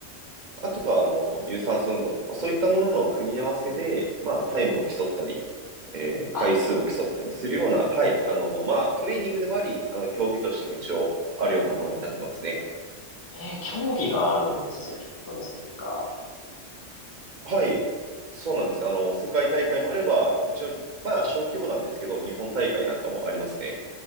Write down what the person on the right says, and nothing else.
あとはあの、有酸素運動、まあそういったものの組み合わせで、まあタイムを競ったり、えー回数を競ったりするような、
はい、あの、まあトレーニングでもあり、あの、競技としても一応あるようなものになってますね。
はい、そうなんです。あの、世界大会もあれば、一応、まあ、小規模なんですけど、日本大会なんかもありますね。